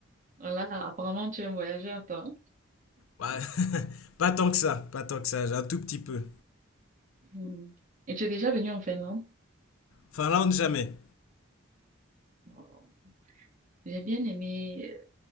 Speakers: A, on the right; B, on the left.
A: Voilà, apparemment tu es un voyageur, toi.
B: Ouais, <laughs> pas tant que ça, pas tant que ça, j'ai un tout petit peu.
A: Hmm. Et tu es déjà venu en Finlande?
B: Finlande, jamais.
A: Bon, J'ai bien aimé,